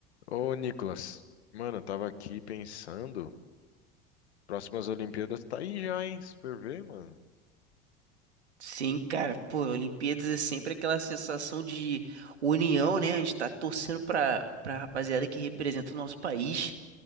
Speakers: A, on the left; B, on the right.
A: Ô, Nicolas, mano, eu tava aqui pensando, próximas Olimpíadas tá aí já, hein? Se for ver, mano.
B: Sim, cara, pô, Olimpíadas é sempre aquela sensação de união, né? A gente tá torcendo pra, pra rapaziada que representa o nosso país